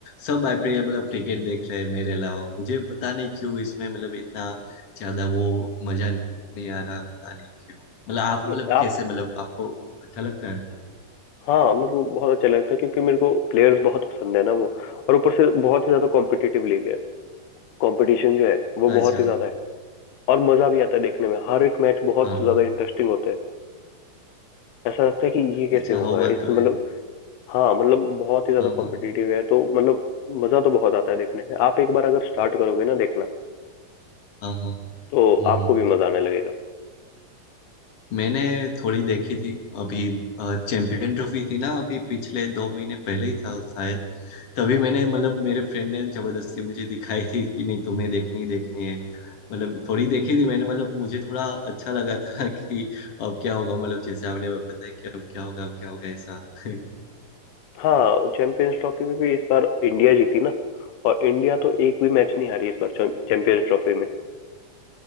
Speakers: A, on the left (about 45°); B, on the left (about 80°).
A: सब आईपीएल मतलब क्रिकेट देख रहे हैं मेरे अलावा मुझे पता नहीं क्यों इसमें मतलब इतना ज्यादा वो मजा नहीं आ रहा पता नहीं क्यों मतलब आप मतलब
B: ये
A: कैसे
B: आप
A: मतलब आपको अच्छा लगता है
B: हाँ मेरे को बहुत अच्छा लगता है क्योंकि मेरे को प्लेयर्स बहुत पसंद है ना वो और ऊपर से बहुत ही ज्यादा कॉम्पिटिटिव लीग है कंपटीशन जो है वो
A: अच्छा
B: बहुत ही ज्यादा है और मजा भी आता है देखने में हर एक मैच बहुत
A: हाँ
B: ज्यादा
A: हाँ
B: इंटरेस्टिंग होता है ऐसा लगता है कि ये कैसे
A: अच्छा
B: होगा
A: हो बात
B: इसमें
A: तो
B: मतलब
A: है
B: हाँ मतलब बहुत ही ज्यादा
A: हाँ हाँ
B: कॉम्पिटिटिव है तो मतलब मजा तो बहुत आता है देखने में आप एक बार अगर स्टार्ट करोगे ना देखना
A: हाँ हाँ
B: तो
A: हम्म हम्म।
B: आपको भी मजा आने लगेगा
A: मैंने थोड़ी देखी थी अभी चैंपियन ट्रॉफी थी ना अभी पिछले दो महीने पहले ही था शायद तभी मैंने मतलब मेरे फ्रेंड ने जबरदस्ती मुझे दिखाई थी कि नहीं तुम्हें देखनी ही देखनी है मतलब थोड़ी देखी थी मैंने मतलब मुझे थोड़ा अच्छा लगा था <laughs> कि अब क्या होगा मतलब जैसे आपने बताया कि अब क्या होगा अब क्या होगा ऐसा <laughs>
B: हाँ चैंपियंस ट्रॉफी में भी इस बार इंडिया जीती ना और इंडिया तो एक भी मैच नहीं हारी इस बार चैंपियंस ट्रॉफी में